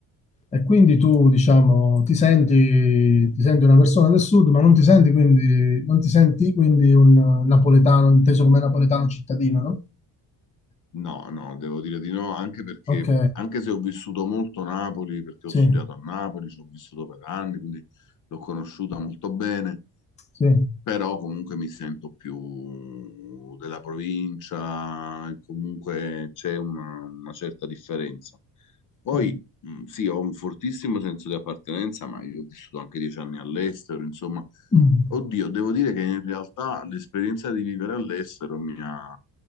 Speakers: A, on the left (about 20°); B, on the left (about 55°).
A: E quindi tu, diciamo, ti senti, ti senti una persona del sud, ma non ti senti quindi, non ti senti quindi un napoletano, inteso come napoletano cittadino, no?
B: No, no, devo dire di no, anche perché,
A: Ok,
B: anche se ho vissuto molto Napoli, perché
A: sì,
B: ho studiato a Napoli, ci ho vissuto per anni, quindi l'ho conosciuta molto bene,
A: sì,
B: però comunque mi sento più della provincia, e comunque c'è una una certa differenza. Poi,
A: sì.
B: mh, sì, ho un fortissimo senso di appartenenza, ma io ho vissuto anche dieci anni all'estero, insomma,
A: Mm,
B: oddio, devo dire che in realtà l'esperienza di vivere all'estero mi ha,